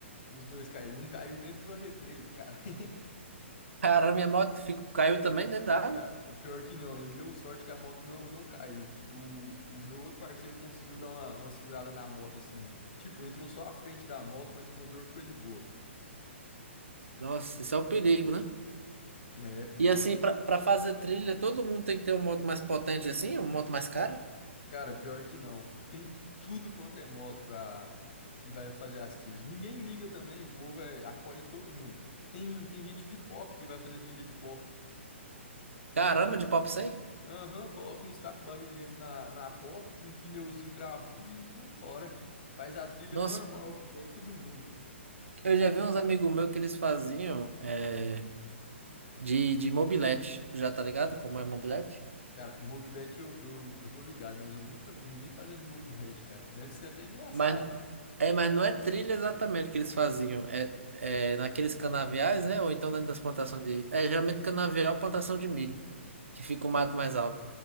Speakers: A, on the left (about 45°); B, on the right (about 75°).
A: Os dois caíram, um caiu dentro de uma represa, cara. <laughs>
B: Caramba, minha moto fico, caiu também dentro da água.
A: Cara, pior que não, ele deu sorte que a moto não, não caiu. O, o meu outro parceiro conseguiu dar uma, uma segurada na moto, assim. Tipo, entrou só a frente da moto, mas o motor ficou de boa.
B: Nossa, isso é um perigo, né?
A: É, é perigoso.
B: E assim, pra, pra fazer trilha, todo mundo tem que ter uma moto mais potente assim, uma moto mais cara.
A: Cara, pior que não. Tem tudo quanto é moto pra que vai fazer as trilhas. Ninguém liga também, o povo é, acolhe todo mundo. Tem, tem gente de pop que vai fazer trilha de pop.
B: Caramba, de pop 100?
A: Aham, coloca um escape barulhento na, na pop, um pneuzinho cravudo e vambora. Faz a trilha
B: Nossa,
A: normal, igual todo mundo.
B: Eu já vi uns amigos meus que eles faziam é, de, de mobilete, já tá ligado? Como é mobilete?
A: Cara, mobilete eu, eu, eu tô ligado, mas eu nunca vi ninguém fazendo mobilete, cara. Deve ser até engraçado.
B: Mas, é, mas não é trilha exatamente que eles faziam. É, é naqueles canaviais, né? Ou então dentro das plantações de. É geralmente canavial, é plantação de milho, que fica o mato mais alto.